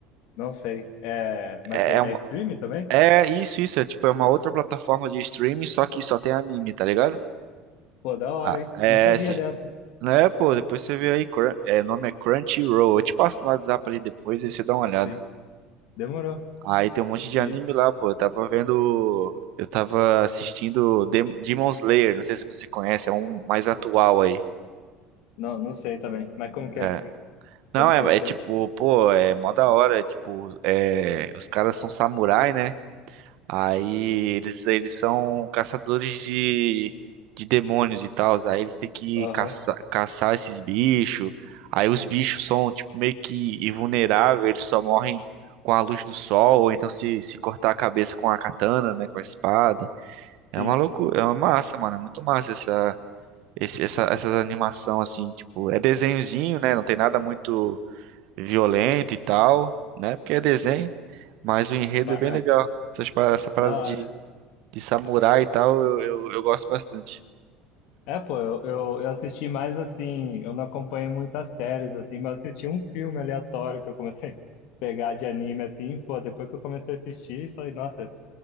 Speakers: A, on the left; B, on the right.
A: Não sei. É, mas
B: É,
A: é,
B: é, uma-
A: é stream também?
B: é isso, isso, é tipo, é uma outra plataforma de streaming, só que só tem anime, tá ligado?
A: Pô, da hora,
B: Ah,
A: hein?
B: é,
A: Não sabia
B: se,
A: dessa.
B: né, pô, depois você vê aí, Crun- é, o nome é Crunchyroll, eu te passo no WhatsApp ali depois, aí você dá uma olhada.
A: Sim, demorou.
B: Aí tem um monte de
A: E
B: anime lá, pô, eu tava vendo, eu tava assistindo Dem- Demon Slayer, não sei se você conhece, é um mais atual aí.
A: não, não sei também. Mas como que
B: né?
A: é aqui?
B: Não,
A: Como
B: é,
A: que é essa
B: é tipo,
A: aí?
B: pô, é mó da hora, é tipo, é, os caras são samurai, né? Aí eles, eles são caçadores de, de demônios e tal, aí eles têm que
A: Aham,
B: caçar, caçar esses bichos, aí os bichos são, tipo, meio que invulneráveis, eles só morrem com a luz do sol, ou então se, se cortar a cabeça com a katana, né, com a espada. É
A: sim.
B: uma loucura, é uma massa, mano, é muito massa essa, esse, essa, essa animação, assim, tipo, é desenhozinho, né, não tem nada muito violento e tal, né? Porque é desenho, mas o enredo
A: Mas,
B: é bem
A: ah,
B: legal. Essas pa- Essa parada
A: da hora.
B: de, de samurai e tal, eu, eu, eu gosto bastante.
A: É, pô, eu, eu, eu assisti mais assim, eu não acompanhei muitas séries, assim, mas assisti um filme aleatório que eu comecei <laughs> a pegar de anime, assim, pô, depois que eu comecei a assistir, falei, nossa,